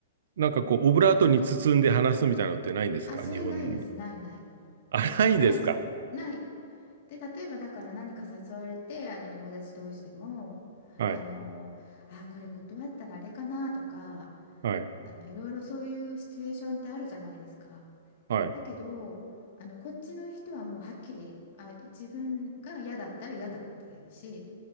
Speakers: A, on the right (about 55°); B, on the left (about 40°).
A: なんかこう、オブラートに包んで話すみたいなのってないんですか日本に。
B: あ、それないです、ないない。
A: あ、ないんですか
B: ないですないで例えばだから何か誘われてあの友達同士でもあのあこれ断ったらあれかなとか
A: はい。はい。
B: あのいろいろそういうシチュエーションってあるじゃないですか。
A: はい。
B: だけどあのこっちの人はもうはっきりあ自分が嫌だったら嫌だっていうし